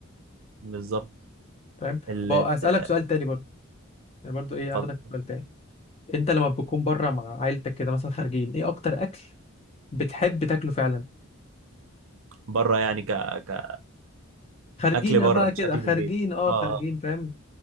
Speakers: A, on the right; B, on the left.
A: بالظبط
B: فاهم
A: ال-
B: طب اسالك
A: ال-
B: سؤال تاني برضه يعني برضه ايه
A: اتفضل.
B: اخدك في سؤال تاني انت لما بتكون بره مع عيلتك كده مثلا خارجين ايه اكتر اكل بتحب تاكله فعلا
A: بره يعني ك...
B: خارجين
A: كأكل بره
B: اه بقى
A: مش
B: كده
A: أكل
B: خارجين
A: في البيت
B: اه
A: اه
B: خارجين
A: آه،
B: فاهم